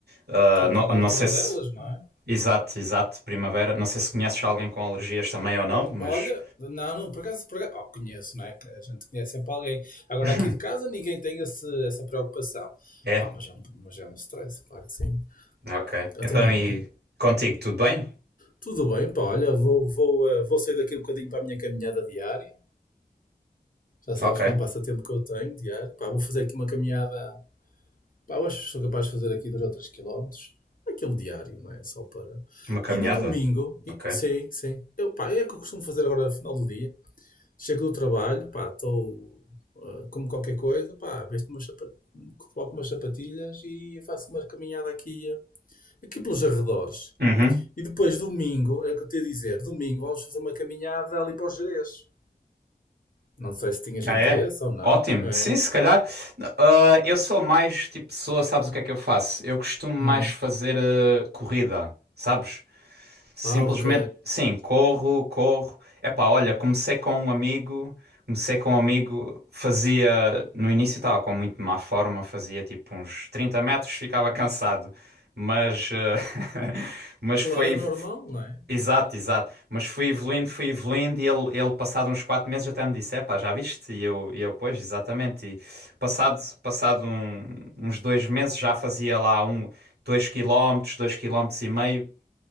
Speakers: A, on the right; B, on the left.
A: Ah,
B: Está
A: não,
B: tá na
A: não
B: altura
A: sei se.
B: delas, não é?
A: Exato, exato, primavera. Não sei se conheces alguém com alergias também ou não, mas.
B: Olha, não, não, por acaso, por acaso- oh, conheço, não é? Que A gente conhece sempre alguém. Agora
A: <laughs>
B: aqui de casa ninguém tem esse- essa preocupação.
A: É,
B: Pá, mas é, um, mas é um stress, claro que sim.
A: ok.
B: Até
A: Então
B: não
A: e
B: é?
A: contigo, tudo bem?
B: Tudo bem, pá, olha, vou, vou, eh, vou sair daqui um bocadinho para a minha caminhada diária. Já sabes
A: Ok.
B: que é um passatempo que eu tenho diário. Pá, vou fazer aqui uma caminhada. Pá, eu acho que sou capaz de fazer aqui dois ou três quilómetros. Aquele diário, não é? Só para.
A: Uma caminhada?
B: E no domingo, e-
A: Ok.
B: sim, sim. Eu, pá, é o que eu costumo fazer agora no final do dia. Chego do trabalho, pá, estou. ah, como qualquer coisa, pá, visto umas chapa- coloco umas sapatilhas e faço uma caminhada aqui, ah, aqui pelos arredores.
A: Uhum.
B: E depois, domingo, é o que eu te ia dizer, domingo vamos fazer uma caminhada ali para os Gerês. Não sei se tinhas
A: Ah,
B: interesse
A: é?
B: ou não.
A: Ótimo.
B: É.
A: Sim, se calhar. Ah, eu sou mais tipo pessoa, sabes o que é que eu faço? Eu costumo mais
B: Hum.
A: fazer ah, corrida, sabes? Simplesmente,
B: Ah, ok.
A: sim, corro, corro. Epá, olha, comecei com um amigo, comecei com um amigo, fazia, no início estava com muito má forma, fazia tipo uns 30 metros, ficava cansado, mas, eh, <laughs> mas
B: Claro,
A: foi,
B: é normal, não é?
A: Exato, exato. Mas fui evoluindo, fui evoluindo e ele, ele passado uns quatro meses até me disse, epá, já viste? E eu, e eu, pois, exatamente. E passado, passado um- uns dois meses já fazia lá um, dois quilómetros, dois quilómetros e meio.